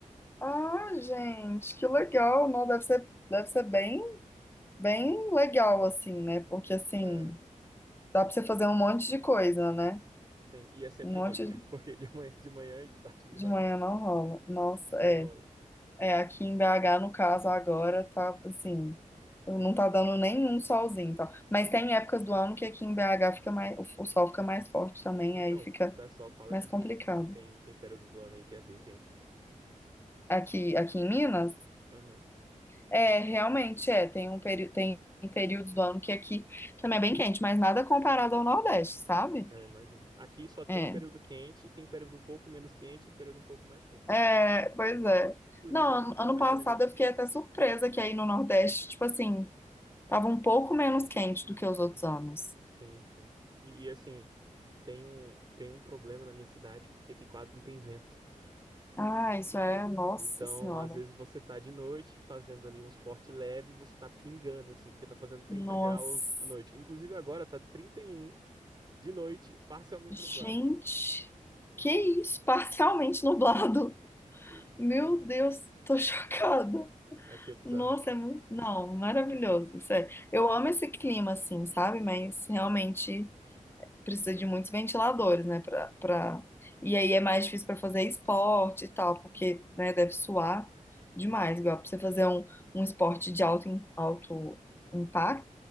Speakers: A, on the left (about 15°); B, on the right (about 35°).
A: Ah, gente, que legal. Não, deve ser, deve ser bem, bem legal assim, né? Porque assim,
B: É,
A: dá para você fazer um monte de coisa, né?
B: sim. E é sempre
A: Um monte
B: de noite, <laughs> porque de manhã, de manhã e de tarde não
A: de
B: dá
A: manhã
B: não.
A: não rola. Nossa,
B: Não
A: é.
B: rola.
A: É, aqui em BH, no caso, agora tá assim, não tá dando nenhum solzinho, e tal. Mas tem épocas do ano que aqui em BH fica mais, o sol fica mais forte também,
B: Então,
A: aí fica
B: o pessoal fala
A: mais
B: que
A: complicado.
B: tem, di- tem, tem período do ano aí que é bem quente.
A: Aqui, aqui em Minas,
B: Aham.
A: é, realmente é, tem um peri tem períodos do ano que aqui também é bem quente, mas nada comparado ao Nordeste, sabe?
B: É, imagino. Aqui só tem
A: É.
B: período quente, tem período um pouco menos quente e período um pouco mais quente.
A: É, pois é.
B: Inclusive
A: Não,
B: aqui,
A: ano ano
B: aqui
A: passado
B: na minha
A: eu fiquei até surpresa que aí no Nordeste, tipo assim, tava um pouco menos quente do que os outros anos.
B: Sim, sim. E, e, assim, tem um, tem um problema na minha cidade, porque aqui quase não tem vento.
A: Ah, isso é. Nossa
B: Então,
A: Senhora.
B: às vezes você tá de noite fazendo ali um esporte leve e você tá pingando, assim, porque tá fazendo trinta
A: Nossa.
B: graus à noite. Inclusive agora tá 31 de noite, parcialmente
A: Gente,
B: nublado.
A: que isso? <laughs> Parcialmente nublado.
B: E
A: Meu
B: sim,
A: Deus, tô <laughs> chocada.
B: aqui é bizarro.
A: Nossa, é muito. Não, maravilhoso. Sério. Eu amo esse clima, assim, sabe? Mas realmente. precisa de muitos ventiladores, né? Pra, pra... E aí é mais difícil para fazer esporte e tal, porque, né, deve suar demais.
B: Sim, sim.
A: Igual para você fazer um, um esporte de alto, im- alto impacto,